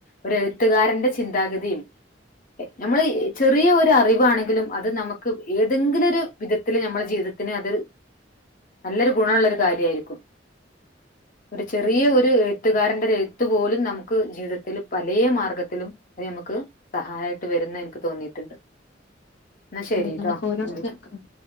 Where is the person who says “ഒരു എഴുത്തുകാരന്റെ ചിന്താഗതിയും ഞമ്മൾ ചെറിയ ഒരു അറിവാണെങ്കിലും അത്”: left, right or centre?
Left